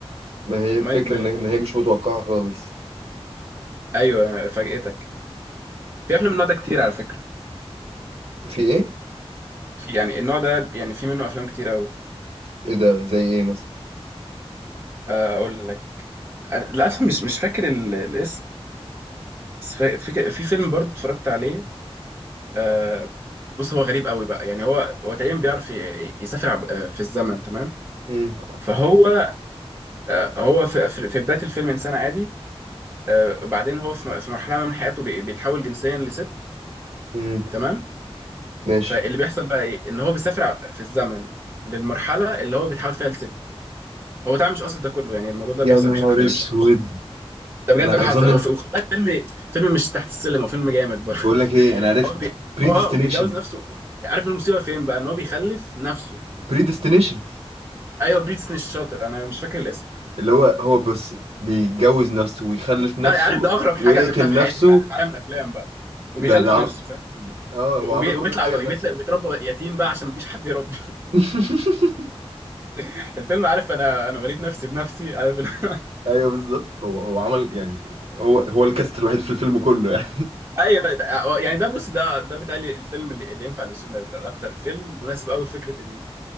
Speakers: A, on the right; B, on the right.
A: ما هي الفكرة
B: مايند بلوي
A: إن إن هي مش متوقعة خالص
B: ايوه فاجئتك في افلام من النوع ده كتير على فكره
A: في ايه؟
B: في يعني النوع ده يعني في منه افلام كتير قوي
A: ايه ده زي ايه مثلا؟
B: آه، اقول لك أنا- للاسف مش مش فاكر ال- الاسم بس فا- في في فيلم برضو اتفرجت عليه آه، بص هو غريب قوي بقى يعني هو هو تقريبا بيعرف ي- يسافر عب- آه، في الزمن تمام
A: امم
B: فهو آه، هو في في في بدايه الفيلم انسان عادي آه، وبعدين هو في في مرحله ما من حياته بي- بيتحول جنسيا لست
A: امم
B: تمام
A: ماشي
B: فاللي بيحصل بقى ايه ان هو بيسافر ع- في الزمن للمرحله اللي هو بيتحول فيها لست هو طبعا مش قاصد ده كله يعني الموضوع ده بيحصل
A: يا نهار
B: بشكل
A: اسود
B: مش ده بجد
A: انا
B: حصل
A: اظن
B: وفي وخد بالك فيلم فيلم مش تحت السلم هو فيلم جامد برضه <laughs>
A: بقول لك ايه انا عرفت
B: هو بي...
A: بريديستنيشن
B: هو آه، بيتجوز نفسه عارف المصيبه فين بقى ان هو بيخلف نفسه
A: بريديستنيشن
B: ايوه بريتني الشاطر انا مش فاكر الاسم
A: اللي هو هو بس بيتجوز نفسه ويخلف نفسه
B: لا عارف ده اغرب حاجه
A: ويقتل
B: قابلتها في
A: نفسه
B: حياتي في ع- في عالم الافلام بقى وبيخلف
A: ده ده عم...
B: نفسه
A: اه هو
B: وبي-
A: عمل كل
B: وبيطلع
A: حاجه لنفسه
B: بيطلع
A: يعني
B: بيتربى يتيم بقى عشان مفيش حد يربي
A: <laughs>
B: <laughs> الفيلم عارف انا انا بنيت نفسي بنفسي عارف ال- <laughs>
A: ايوه بالظبط هو هو عمل يعني هو هو الكاست الوحيد في الفيلم كله يعني
B: ايوه ده- آه، يعني ده بص ده ده بيتهيألي الفيلم اللي, اللي ينفع للجنر ده, ده اكتر فيلم مناسب قوي لفكره ان ايه